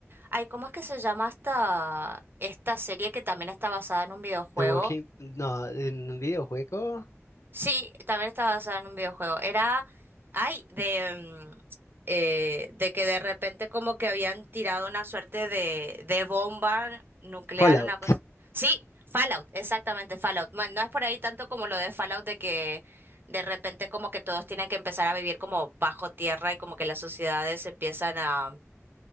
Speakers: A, on the right; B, on the left.
A: Ay, ¿cómo es que se llama esta, esta serie que también está basada en un videojuego?
B: The Walking, no, en un videojuego,
A: Sí, también estaba basada en un videojuego. Era, ay, de, mm, eh, de que de repente como que habían tirado una suerte de, de bomba nuclear,
B: Fallout.
A: una cosa. Sí, Fallout, exactamente, Fallout. Bueno, no es por ahí tanto como lo de Fallout de que de repente como que todos tienen que empezar a vivir como bajo tierra y como que las sociedades empiezan a,